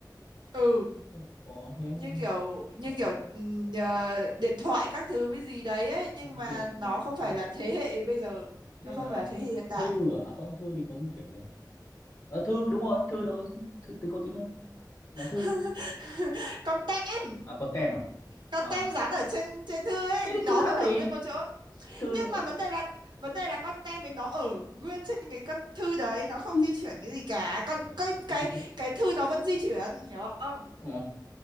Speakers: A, on the right (about 80°); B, on the left (about 45°).
A: ừ
B: Không có thế
A: như kiểu như
B: ờ,
A: kiểu ừm, ờ, điện thoại các thứ với gì đấy ấy, nhưng
B: phương
A: mà
B: tiện
A: nó
B: giao
A: không phải
B: tiếp
A: là thế hệ bây giờ
B: đấy
A: nó không
B: là
A: phải là thế hệ hiện đại
B: thư à? à không thư thì có di chuyển mà ờ thư đúng rồi thư đâu có- thư tính có tính không là thư
A: <laughs> con tem
B: à có tem à
A: con
B: à
A: tem dán ở trên trên thư ấy
B: thế thì
A: thì nó
B: thư khác
A: vẫn ở
B: gì
A: nguyên một chỗ nhưng
B: thư thì nó
A: mà vấn đề là vấn đề là con tem ấy nó ở nguyên trên cái con thư đấy nó không
B: chứ.
A: di chuyển cái gì cả con
B: ờ
A: cái
B: cũng
A: cái
B: thế đấy.
A: cái thư nó vẫn di chuyển hiểu không
B: Ờ,